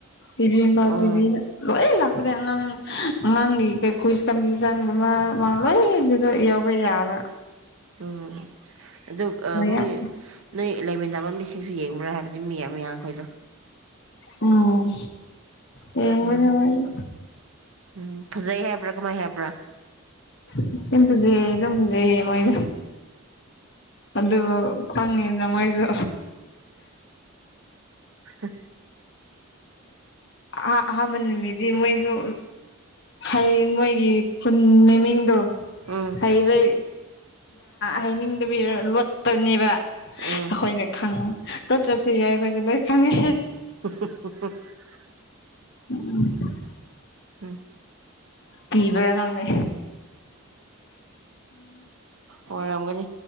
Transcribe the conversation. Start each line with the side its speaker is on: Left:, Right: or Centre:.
Left: ꯇꯤꯚꯤ ꯏꯝꯐꯜ
Right: ꯑꯣ
Left: ꯇꯚꯤ ꯂꯣꯏ ꯂꯥꯛꯨꯗ ꯑꯉꯥꯡ ꯅꯪꯒꯤ ꯀꯩ ꯀꯨꯏꯁ ꯀꯝꯖꯟꯒꯨꯝꯕ ꯃꯥꯂꯣꯏ ꯑꯗꯨꯗ ꯌꯥꯎꯕ ꯌꯥꯕ꯭ꯔ
Right: ꯎꯝ ꯑꯗꯨ
Left: ꯌꯥꯝ
Right: ꯃꯣꯏ ꯅꯣꯏ ꯂꯩꯃꯤꯟꯅꯕ ꯃꯤ ꯏꯁꯤꯡꯁꯨ ꯌꯦꯡꯕ꯭ꯔꯥ ꯍꯥꯏꯕꯗꯤ ꯃꯤ ꯑꯃ ꯌꯥꯈꯣꯏꯗꯣ
Left: ꯎꯝ ꯌꯦꯡꯕꯅꯦ
Right: ꯎꯝ
Left: ꯃꯣꯏꯗꯣ
Right: ꯎꯝ ꯐꯖꯩ ꯍꯥꯏꯕ꯭ꯔꯥ ꯀꯃꯥꯏ ꯍꯥꯏꯕ꯭ꯔꯥ
Left: ꯕꯨꯖꯦꯝ ꯕꯨꯖꯦ ꯃꯣꯏ ꯑꯗꯨꯕꯨ ꯈꯪꯉꯤꯅ ꯃꯣꯏꯁꯨ
Right: ꯎ
Left: ꯑ ꯍꯥꯥ ꯃꯅꯤꯃꯤꯗꯤ ꯃꯣꯏꯁꯨ ꯍꯩ ꯃꯣꯏꯒꯤ ꯈꯨꯟ ꯃꯃꯤꯡꯗꯣ
Right: ꯎꯝ
Left: ꯍꯩꯕ ꯍꯩꯅꯤꯡꯗꯕꯤ ꯂꯣꯠꯄꯅꯦꯕ ꯑꯩꯈꯣꯏꯅꯦ
Right: ꯎꯝ
Left: ꯈꯪꯉꯨ ꯆꯠ ꯆꯠꯁꯨ ꯌꯥꯏ ꯑꯩꯈꯣꯏꯁꯨꯦ ꯂꯣꯏ ꯈꯪꯉꯦ
Right: <unintelligible>
Left: ꯎꯝ
Right: ꯎꯝ
Left: ꯀ ꯕꯔ ꯀ
Right: ꯎ ꯑꯣꯏꯔꯝꯒꯅꯤ